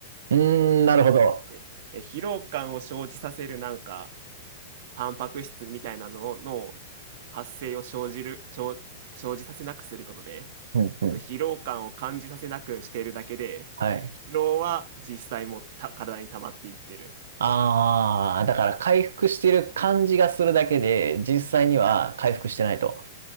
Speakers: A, on the right; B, on the right.
A: うーん、なるほど。
B: で、え疲労感を生じさせるなんか、タンパク質みたいなのの発生を生じる、生、生じさせなくすることで、
A: うん、うん。
B: 疲労感を感じさせなくしているだけで、
A: はい。
B: 疲労は実際もた体に溜まっていってる。
A: ああ、
B: <laughs>
A: だから回復してる感じがするだけで、実際には回復してないと。
B: はい。